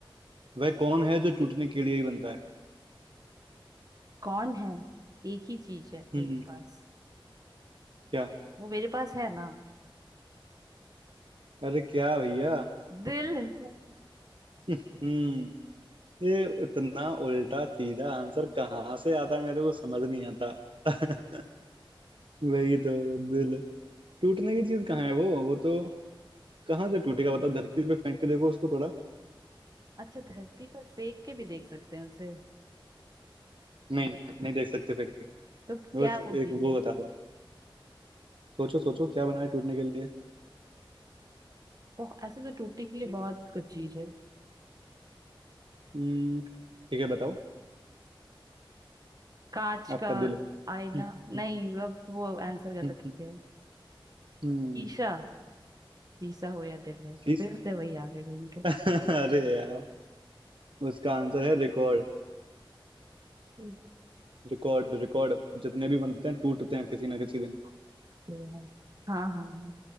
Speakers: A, on the right; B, on the right.
A: वह कौन है जो टूटने के लिए ही बनता है
B: कौन है एक ही चीज है
A: हम्म
B: मेरे पास
A: क्या
B: वो मेरे पास है ना
A: अरे क्या भैया
B: दिल है।
A: <laughs> हम्म ये इतना उल्टा सीधा आंसर कहाँ से आता है मेरे को समझ नहीं आता <laughs> वही तो दिल टूटने की चीज कहाँ है वो वो तो कहाँ से टूटेगा बताओ धरती पे फेंक के देखो उसको थोड़ा <laughs>
B: अच्छा धरती पर फेंक के भी देख सकते हैं उसे
A: नहीं नहीं देख सकते फेंक
B: तो
A: बस
B: क्या वो चीज
A: एक वो
B: है
A: बता रहा हूँ सोचो सोचो क्या बना है टूटने के लिए
B: बहुत ऐसे तो टूटने के लिए बहुत कुछ चीज है
A: हम्म ठीक है बताओ
B: कांच
A: आपका
B: का
A: दिल
B: आईना
A: <laughs> हम्म
B: नहीं अब वो आंसर गलत
A: हम्म,
B: हो गया
A: हम्म,
B: शीशा शीशा हो या दिल हो
A: शीश
B: फिर से वही आ गए घूम
A: <laughs> अरे यार उसका आंसर है रिकॉर्ड
B: के
A: रिकॉर्ड रिकॉर्ड जितने भी बनते हैं टूटते हैं किसी ना किसी दिन
B: है हाँ हाँ हाँ,